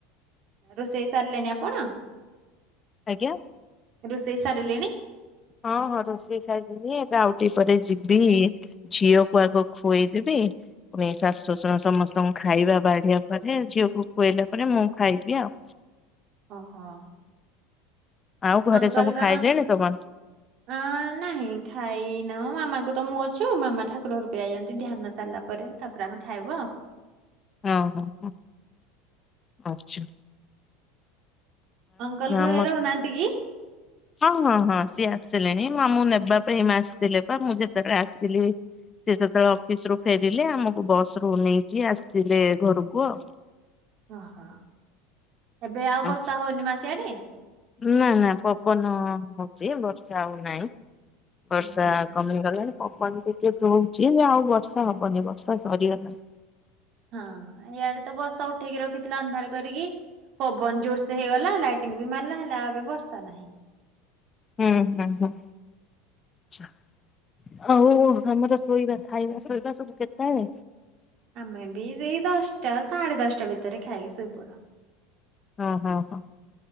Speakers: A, on the right; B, on the left.
A: ରୋଷେଇ ସାରିଲେଣି ଆପଣ?
B: ଆଜ୍ଞା।
A: ରୋଷେଇ ସାରିଲେଣି?
B: ହଁ ହଁ ରୋଷେଇ ସାଇଲିଣି ଏବେ ଆଉ ଟିକିଏ ପରେ ଯିବି ଝିଅକୁ ଆଗ ଖୁଆଇଦେବି। ପୁଣି ଶାଶୁ ଶ୍ୱଶୁର ସମସ୍ତଙ୍କୁ ଖାଇବା ବାଢିବା ପରେ। ଝିଅକୁ ଖୁଆଇଲା ପରେ ମୁଁ ଖାଇବି ଆଉ।
A: ଓହୋ।
B: ଆଉ ଘରେ
A: ଅଙ୍କଲ
B: ସବୁ
A: କଣ
B: ଖାଇଲେଣି ତମର
A: ଅ ନାହିଁ ଖାଇନାହୁଁ, ମାମାଙ୍କୁ ତ ମୁଁ ଅଛୁ ମାମା ଠାକୁର ଘରକୁ ଯାଇଛନ୍ତି ଧ୍ୟାନ ସାରିଲା ପରେ। ତାପରେ ଆମେ ଖାଇବୁ ଆଉ।
B: ହଁ ହଁ ହଁ ଆଛା।
A: ଅଙ୍କଲ ଘରେ
B: ଆମ
A: ରହୁନାହାନ୍ତି କି?
B: ହଁ ହଁ ହଁ ସିଏ ଆସିଲେଣି, ମୁଁ ଆମକୁ ନବା ପାଇଁ ଆସିଥିଲେ ବା ମୁଁ ଯେତେବେଳେ ଆସିଥିଲି ସେ ସେତେବେଳେ ଅଫିସ ରୁ ଫେରିଲେ, ଆମକୁ ବସ ରୁ ନେଇକି ଆସିଲେ ଘରକୁ ଆଉ।
A: ଓହୋ ଏବେ ଆଉ
B: ହଁ।
A: ବର୍ଷା ହଉନି ମା ସିଆଡେ।
B: ନା ନା ପବନ ହଉଛି ବର୍ଷା ଆଉ ନାହିଁ। ବର୍ଷା
A: ଉଁ ହୁଁ।
B: କମିଗଲାଣି। ପବନି ଟିକେ ଦଉଛି, ଆଉ ବର୍ଷା ହବନି ବର୍ଷା ସରିଗଲା।
A: ହଁ ଇଆଡେ ତ ବର୍ଷା ଉଠେଇକି ରଖିଥିଲା ଅନ୍ଧାର କରିକି, ପବନ ଜୋରସ ହେଇଗଲା ଲାଇଟ୍ ବି ମାରିଲା ହେଲା ଆଉ ଏବେ ବର୍ଷା ନାହିଁ।
B: ହୁଁ ହୁଁ ହୁଁ। ଆଛା ଆଉ ଆମର ଶୋଇବା ଖାଇବା ଶୋଇବା ସବୁ କେତେବେଳେ?
A: ଆମେ ବି ସେଇ ଦଶଟା ସାଢେ ଦଶଟା ଭିତରେ ଖାଇକି ଶୋଇପଡ଼ୁ
B: ଓ ହୋ ହୋ